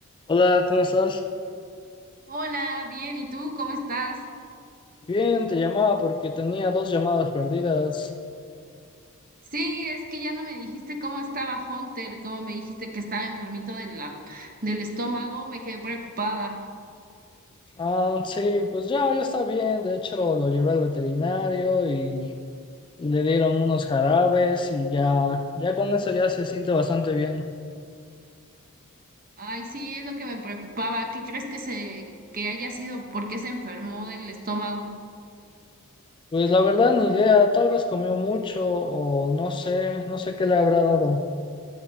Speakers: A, on the left; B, on the right.
A: Hola, ¿cómo estás?
B: Hola, bien, ¿y tú cómo estás?
A: Bien, te llamaba porque tenía dos llamadas perdidas.
B: Sí, es que ya no me dijiste cómo estaba Hunter, como me dijiste que estaba enfermito de la, del estómago, me quedé preocupada.
A: Ah, sí, pues ya, ya está bien. De hecho, lo llevé al veterinario y, y le dieron unos jarabes y ya, ya con eso ya se siente bastante bien.
B: Ay, sí, es lo que me preocupaba. ¿Qué crees que se, que haya sido? ¿Por qué se enfermó del estómago?
A: Pues la verdad, ni idea, tal vez comió mucho o no sé, no sé qué le habrá dado.